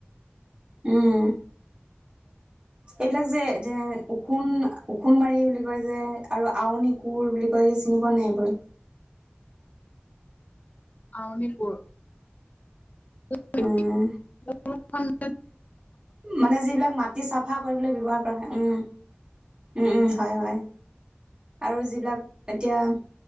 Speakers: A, on the right; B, on the left.
A: উম। এইবিলাক যে এ ওখোন ওখোন মাৰি বুলি কয় যে আৰু আউনিক কোৰ বুলি কয় যে চিনি পোৱা নে নাই এইবোৰ
B: আওনি কোৰ <unintelligible>
A: উম, মানে যিবিলাক মাটি চাফা কৰিবলৈ ব্যৱহাৰ কৰা হয়। উম, উম, উম, হয়, হয়। আৰু যিবিলাক এতিয়া,